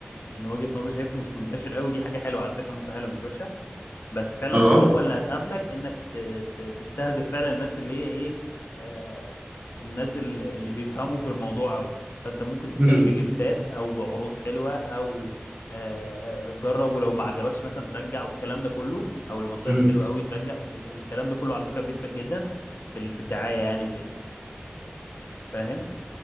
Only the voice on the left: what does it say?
من وجهة نظري شايفه مش منتشر قوي دي حاجه حلوه على فكره نقطه حلوه مش وحشه بس فعلا
الصعوبة اللي هتقابلك انك ت- ت- تستهدف فعلا الناس اللي هي ايه آه الناس ال- اللي بيفهموا في الموضوع قوي فانت ممكن تبدأ
بجفتات او بعروض حلوة او آه جرب ولو ما عجبكش مثلا ترجع والكلام ده كله او لو ما طلعش
حلو قوي ترجع ال- الكلام ده كله على فكرة بيفرق جدا في ال- في الدعاية يعني وكده فاهم